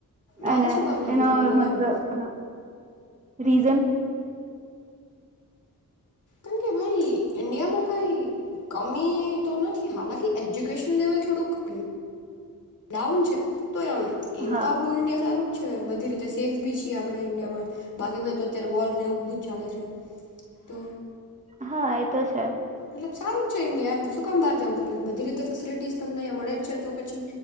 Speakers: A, on the left; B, on the right.
A: બારે
B: અને
A: શું કામ જાવું
B: એનો
A: છે
B: મતલબ
A: એમ
B: હા રીઝન
A: કારણ કે ભાઈ ઈન્ડિયામાં કઈ કમી તો નથી હાલાકી એજ્યુકેશન લેવલ થોડુંક ડાઉન છે તો એમ એમ
B: હા
A: તો આપડું ઈન્ડિયા સારું બધી રીતે સેફ બી છીએ આપ ઇન્ડિયામાં બાકી બધા અત્યારે વાર ન એવું બધું ચાલે છે તો
B: હા એ તો છે
A: મતલબ સારું જ છે ઇન્ડિયા એમ શું કામ બહાર જવું છે એટ બધી રીતે ફેસિલિટી તમને મળે છે તો પછી